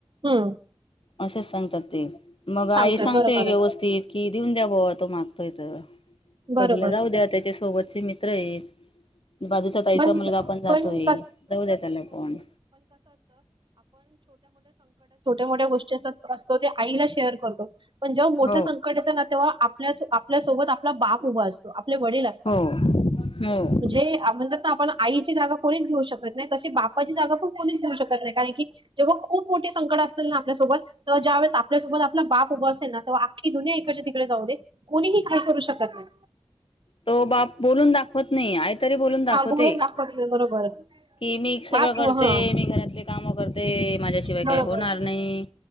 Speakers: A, on the right; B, on the left.
A: हम्म.
B: असेच सांगतात ते मग
A: सांगतात
B: आई सांगते
A: बरोबर
B: व्यवस्थित
A: आहे
B: कि देऊन द्या भावा तो मागतोय तर.
A: बरोबर
B: सलीला जाऊ द्या त्याच्या सोबत. मित्र आहेत. बाजूचा ताईचा
A: <inaudible> छोट्या
B: मुलगा पण जातोय जाऊ द्या त्याला पण
A: मोठ्या गोष्टी. असतो ते आईला शेअर. करतो. पण जेव्हा मोठं
B: हो
A: संकट येतं ना तेव्हा आपल्या आपल्यासोबत आपला बाप उभा असतो. आपले वडील असतात
B: हो हो
A: <unintelligible> आपण आईची जाग. कोणीच घेऊ शकत नाही तशी बापाची जागा पण कोणीच घेऊ शकत नाही कारण, की जेव्हा खूप मोठे संकट असेल ना आपल्यासोबत तेव्हा, ज्या वेळेस आपल्यासोबत आपला बाप उभा असेल ना तेव्हा आखी दुनिया इकडच्या तिकडे जाऊ दे कोणीही काही करू शकत नाही.
B: तो बाप बोलून दाखवत नाही आईतरी बोलून दाख
A: हा
B: होते
A: बोलून दाखवा तुम्ही बरोबर
B: कि मी सगळं
A: बाप
B: करते
A: हा
B: मी घरातले काम करते माझ्याशिवाय
A: बरोबर
B: काही होणार नाही